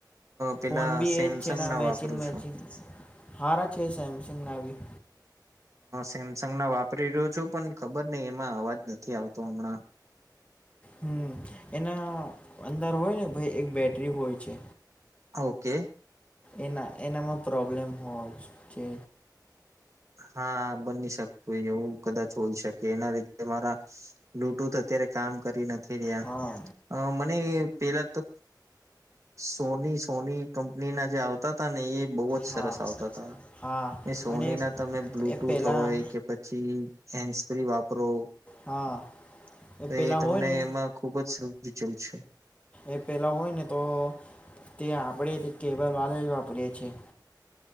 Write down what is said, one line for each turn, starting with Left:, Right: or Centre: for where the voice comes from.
Right: પેલા
Left: ફોન બી
Right: સેમસંગના
Left: એ જ છે ના મેચિંગ
Right: વાપરું
Left: મેચિંગ
Right: છું.
Left: હારા છે સેમસંગના બી
Right: સેમસંગના વાપરી રહ્યો છું પણ ખબર નહી એમાં અવાજ નથી નથી આવતો હમણાં.
Left: હમ એના અંદર હોય ને ભાઈ એક બેટરી હોય છે.
Right: ઓકે.
Left: એના એનામાં પ્રોબ્લેમ હો છે.
Right: હા બની શ હોય એવું કદાચ. હોઈ શકે એના રી મારા, બ્લુટુથ અત્યારે કામ કરી નથી રહ્યા,
Left: હા
Right: મને પેલા તો સોની સોની કંપનીના જે આવ આવતાતા ને એ. બહુજ
Left: હા
Right: સરસ આવતા હતા,
Left: હા
Right: એ સોનીના
Left: અને
Right: તમે બ્લુટૂથ
Left: એ પહેલાં
Right: હોય કે પછી હેન્ડ સ્પ્રી વાપરો,
Left: હા
Right: તો
Left: પહેલાં
Right: એ તમને
Left: હોય ને
Right: એમાં ખૂબ જ સમચલ છે.
Left: એ પહેલાં હોય ને તો તે આપણે તે કેબલ વાલે જ વાપરીએ છીએ.